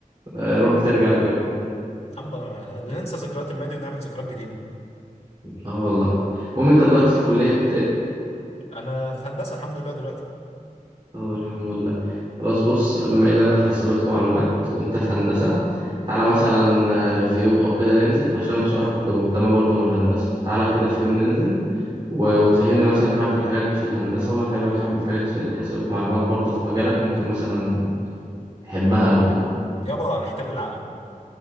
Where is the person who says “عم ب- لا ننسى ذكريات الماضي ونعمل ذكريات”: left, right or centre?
Left